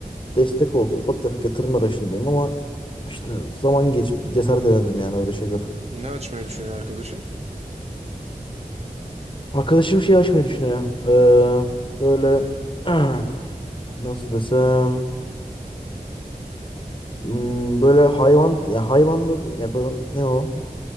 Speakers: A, on the left; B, on the right.
A: destek oldu. Ufak tefek yatırım arayışındayım ama işte zaman geç cesaret edemedim yani öyle şeyler.
B: Ne açmayı düşünüyor arkadaşın?
A: Arkadaşım şey açmayı düşünüyor. Eee, böyle <clears throat> nasıl desem hmm, böyle hayvan ya hayvanlı ya böyle ne o?